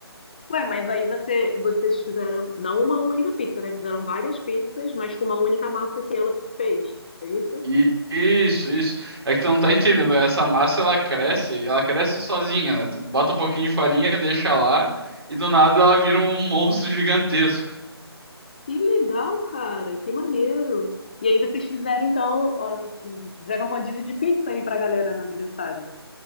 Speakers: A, on the left; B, on the right.
A: Ué, mas aí você, vocês fizeram não uma única pizza, né? Fizeram várias pizzas, mas com uma única massa que ela fez. Foi isso?
B: E isso, isso. É que tu não tá entendendo, essa massa ela cresce, ela cresce sozinha, né? Tu bota um pouquinho de farinha, deixa lá e do nada ela vira um monstro gigantesco.
A: Que legal, cara. Que maneiro. E aí vocês fizeram, então, ó, fizeram rodízio de pizza aí pra galera no aniversário.